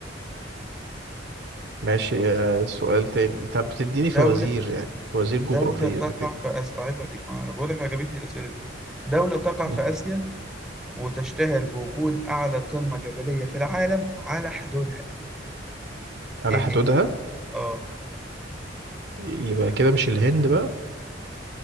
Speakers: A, on the right; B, in the centre.
A: ماشي آه سؤال تاني أنت بتديني فوازير
B: دولة
A: يعني فوازير جغرافية
B: دولة تقع
A: كده
B: في آسيا عيب عليك أنا بقول لك عجبتني الأسئلة دي دولة تقع
A: مم.
B: في آسيا وتشتهر بوجود أعلى قمة جبلية في العالم على حدودها
A: على
B: إيه
A: حدودها
B: هي؟ آه
A: يبقى كده مش الهند بقى